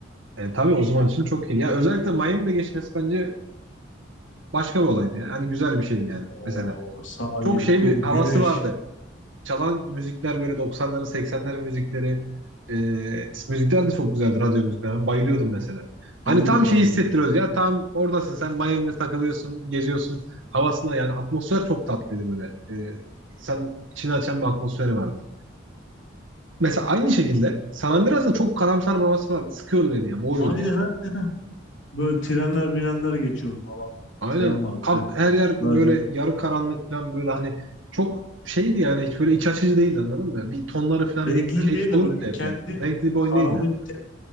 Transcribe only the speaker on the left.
O
sahil,
kum,
güneş.
Benim
de bayılıyordum.
Aynı
ha, böyle trenler mirenler geçiyordu falan böyle.
Tren vardı.
Trenler
renkli
değil
de böyle bir
kendi
karanlık
bir tema.